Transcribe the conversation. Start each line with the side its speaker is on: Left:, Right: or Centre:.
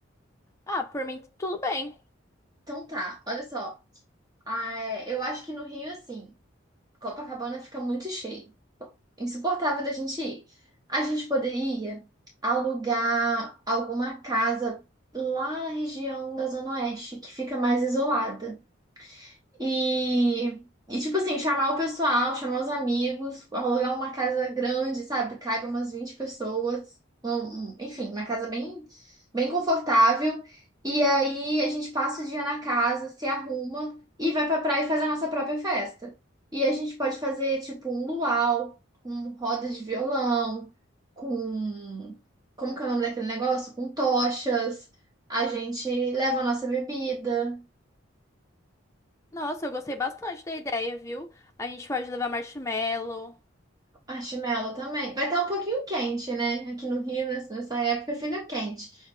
Left: ah, por mim tudo bem.
Right: Então tá, olha só. Ah, é, eu acho que no Rio, assim, Copacabana fica muito cheio. insuportável da gente ir. A gente poderia alugar alguma casa lá na região da Zona Oeste, que fica mais isolada. E, e, tipo assim, chamar o pessoal, chamar os amigos, alugar uma casa grande, sabe? Caiba umas 20 pessoas. um- um- enfim, uma casa bem, bem confortável. E aí a gente passa o dia na casa, se arruma e vai pra praia e faz a nossa própria festa. E a gente pode fazer, tipo, um luau, com roda de violão, com. Como que é o nome daquele negócio? Com tochas. A gente leva a nossa bebida.
Left: Nossa, eu gostei bastante da ideia, viu? A gente pode levar marshmallow.
Right: Marshmallow também. Vai estar um pouquinho quente, né? Aqui no Rio, nessa nessa época, fica quente.